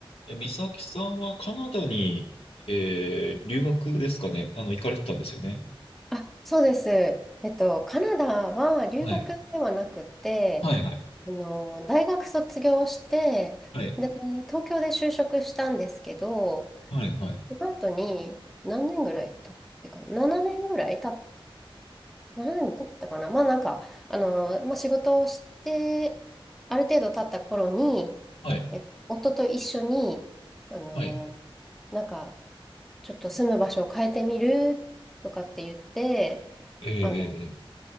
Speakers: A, on the left; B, in the centre.
A: え、美咲さんはカナダに、えー留学ですかね。あの、行かれてたんですよね。
B: あ、そうです。えっと、カナダは留学ではなくて、
A: はい。はい、はい。
B: あの、大学卒業して、
A: はい。
B: で、東京で就職したんですけど、
A: はい、はい。
B: その後に何年ぐらい経ってかな、7年ぐらい経っ、年も経ってたかな。まあなんか、あの、まあ仕事をして、ある程度経った頃に、
A: はい。
B: え夫と一緒に、あの、
A: はい。
B: なんか、ちょっと住む場所を変えてみるとかって言って、
A: えー、
B: あの